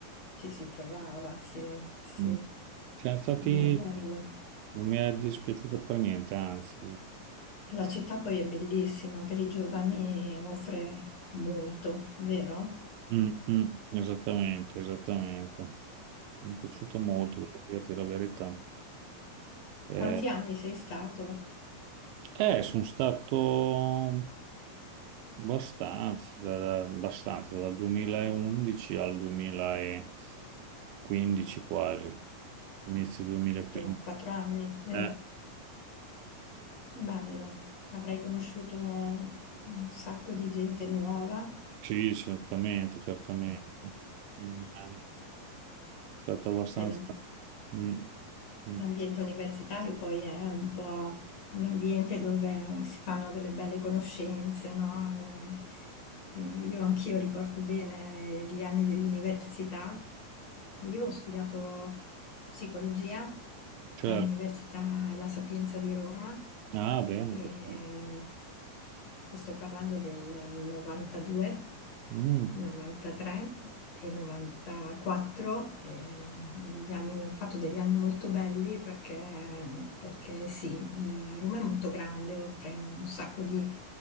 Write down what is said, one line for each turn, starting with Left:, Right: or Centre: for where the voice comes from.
Left: Ci si trovava, sì, sì.
Right: Mm. Siamo stati,
Left: Beh, bello.
Right: non mi è dispiaciuto per niente, anzi,
Left: La città poi è bellissima, per i giovani offre molto, vero?
Right: Mm, mm, esattamente, esattamente. Mi è piaciuto molto, devo dirti la verità. Eh,
Left: Quanti anni sei stato?
Right: eh, sono stato. Abbastanza, da- abbastanza, dal 2011 al 2015 quasi, inizio 2015.
Left: Quattro, quattro anni. Mm.
Right: Eh,
Left: Bello, avrei conosciuto un sacco di gente nuova.
Right: sì, certamente, certamente. Mm, È stato abbastanza...
Left: Beh, l'ambi-
Right: Mm, mm,
Left: L'ambiente universitario poi è un po' un ambiente dove si fanno delle belle conoscenze, no? Eh, eh, io anch'io ricordo bene gli anni dell'università. Io ho studiato psicologia
Right: certo.
Left: all'Università La Sapienza di Roma.
Right: Ah, bene.
Left: E,
Right: perfetto.
Left: Ti sto parlando del 92,
Right: Mm,
Left: 93 e 94. eh, gli anni- ho fatto degli anni molto belli perché, perché sì, eh, Roma è molto grande, offre un sacco di,